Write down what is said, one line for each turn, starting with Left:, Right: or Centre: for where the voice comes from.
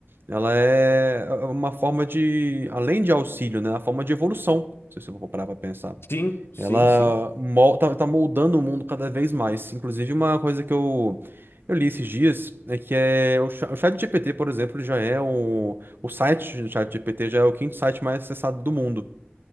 Right: Ela é é uma forma de, além de auxílio, né, uma forma de evolução, se você for parar pra pensar.
Left: Sim, sim,
Right: Ela
Left: sim.
Right: mol- tá, tá moldando o mundo cada vez mais. Inclusive, uma coisa que eu, eu li esses dias é que é o, cha- o ChatGPT, por exemplo, já é o, o site do ChatGPT já é o quinto site mais acessado do mundo.